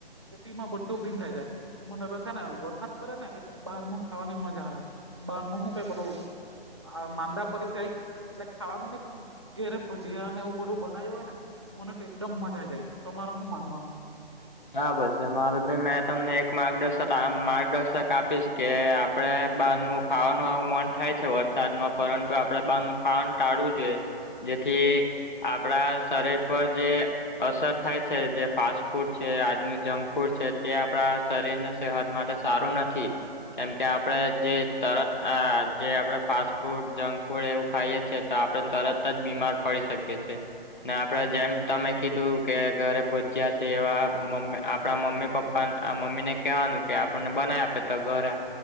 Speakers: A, on the right; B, on the left.
A: તો ટી માં બધું ટીમ થાય જાય. એ મને તો છે ને વરસાદ પડે ને એ બહાર ન ખાવાની મજા આવે બહાર નું શું કઈ બધુ આ માંદા પડી જાય એટલે ખાવાનું નહ પણ ઘેરે ભજીયા ને એવું બધું બનાવ્યું હોય ને મને તો એકદમ મજા આઈ જાય, તમારે શું માનવાનુ
B: બરાબર છે મારે ભાઈ મે તમને એક માર્ગદર્શક માર્ગદર્શક આપીશ કે આપણે બહાર નનું ખાવાનું આવું મન થાય છે વરસાદમાં પરંતુ આપડે બહારનુ ખાવાનું ટાળવું જોઈએ. જેથી આપડા શરીર પર જે અસર થાય છે જે ફાસ્ટ ફૂડ છે આજનુ જક ફૂડ છે, તે આપણા શરીરને સેહત માટે સારું નથી. કેમકે આપડે જે તરત આ જે આપડે ફાસ્ટ ફૂડ જક ફૂડ એવુ ખાઈએ છે તો આપડણે તરત જ બીમાર પડી શકીએ છીએ. ને આપડે જેમ તમે કીધું કે ઘરે ભજ્યા છે, એવા મમ્ આપણા મમ્મી પપ્પા મમ્મી ને કહેવાનું કે આપણને બનાય આપે તો ઘરે